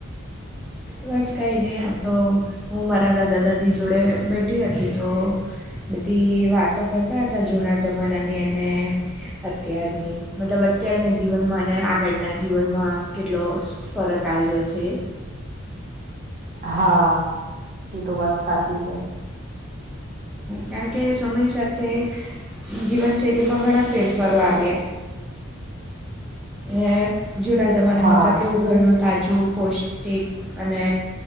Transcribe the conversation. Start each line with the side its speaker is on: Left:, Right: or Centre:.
Centre: બસ કઈ નહીં આતો હું મારા દાદા દાદી જોડે બેઠી હતી તો બધી વાતો કરતા હતા જૂના જમાનાની અને અત્યારની મતલબ અત્યારના જીવનમાંને આગળના જીવનમાં કેટલો ફરક આવ્યો છે.
Right: હા એ તો વાત સાચી છે.
Centre: કારણ કે સમય સાથે જીવનશૈલીમાં ઘણા ફેરફારો આવ્યા. એ જૂના જમાનામાં
Right: હા
Centre: તો કેવું ઘરનું તાજું પૌષ્ટિક અને